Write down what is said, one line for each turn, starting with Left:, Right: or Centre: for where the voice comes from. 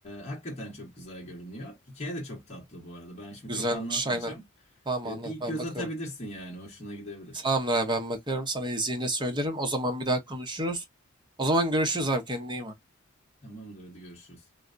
Left: hakikaten çok güzel görünüyor. Hikaye de çok tatlı bu arada. Ben şimdi
Right: Güzelmiş
Left: çok anlatmayacağım.
Right: aynen. Tamam
Left: Ee,
Right: anlat
Left: bir
Right: ben
Left: göz
Right: bakarım.
Left: atabilirsin yani. Hoşuna gidebilir.
Right: Tamamdır abi ben bakarım sana izleyince söylerim. O zaman bir daha konuşuruz. O zaman görüşürüz abi kendine iyi bak.
Left: Tamamdır hadi görüşürüz.